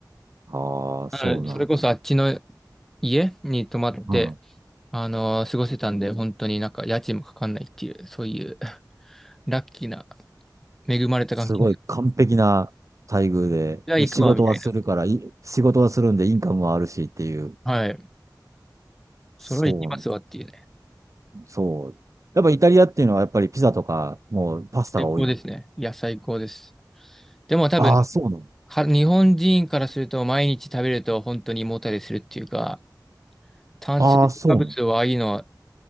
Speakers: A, on the right; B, in the centre.
A: ああ、そうなんだ。
B: あのそれこそあっちの家に泊まって、
A: うん。
B: あの、過ごせたんで、本当になんか家賃もかかんないっていう、そういうラッキーな、恵まれた環境。
A: すごい完璧な待遇で、
B: じゃあ行くわ、
A: で、仕事はするから、
B: みたい
A: い仕事はするんでインカムはあるしっていう。
B: な。はい。それは行きますわっていうね。
A: そう、そう。やっぱイタリアっていうのはやっぱりピザとか、もうパスタが多いの。
B: 最高ですね。いや、最高です。でも多分、
A: ああ、そうなの。
B: か、日本人からすると毎日食べると本当に胃もたれするっていうか、炭水化物はいいのは
A: ああ、そうなの。